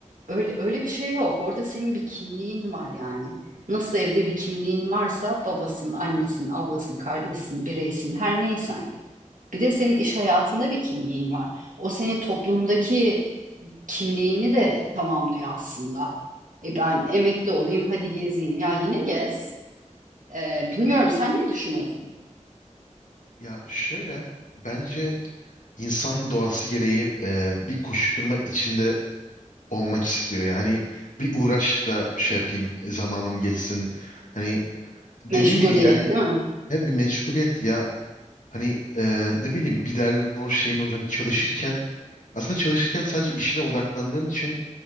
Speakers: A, on the right; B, on the left.
A: Öyle öyle bir şey yok. Orada senin bir kimliğin var yani. Nasıl evde bir kimliğin varsa babasın, annesin, ablasın, kardeşsin, bireysin, her neysen. Bir de senin iş hayatında bir kimliğin var. O senin toplumdaki kimliğini de tamamlıyor aslında. E ben emekli olayım, hadi gezeyim. Ya yine gez. E, bilmiyorum sen ne düşünüyorsun?
B: Ya şöyle bence insan doğası gereği e, bir koşuşturma içinde olmak istiyor. Yani bir uğraşla şey yapayım e, zamanım geçsin. Hani dediğin
A: Meşguliyet
B: gibi yani
A: değil mi?
B: hep bir meşguliyet ya hani e, ne bileyim bir derdin olur şeyin olur hani çalışırken aslında çalışırken sadece işine odaklandığın için